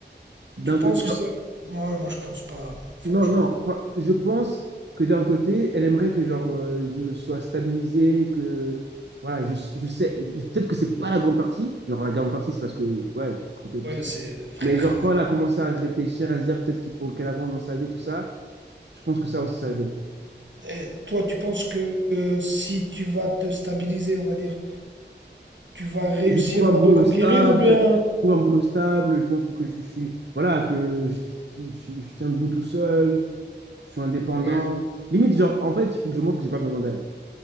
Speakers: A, on the right; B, on the right.
A: D'un
B: Tu penses
A: côté,
B: que ça... Moi, moi, je pense pas, franchement.
A: non, non, enfin, je pense que d'un côté, elle aimerait que genre euh, je sois stabilisé, que voilà, je, je sais, peut-être que c'est pas la grande partie, genre la grande partie c'est parce que ouais, j'étais trompé et tout
B: Ouais,
A: ça.
B: c'est... Frère,
A: Mais genre quand elle a commencé à réfléchir, à se dire peut-être qu'il faut qu'elle avance dans sa vie, tout ça, je pense que ça aussi ça a joué.
B: et toi, tu penses que euh, si tu vas te stabiliser, on va dire, tu vas réussir
A: Je trouve un
B: à
A: boulot
B: la reconquérir
A: stable,
B: ou bien...
A: je trouve un boulot stable, je montre que je suis, voilà, que je, je- je tiens debout tout seul, je suis indépendant.
B: Ouais,
A: Limite genre en fait, il faut que je montre que j'ai pas besoin d'elle.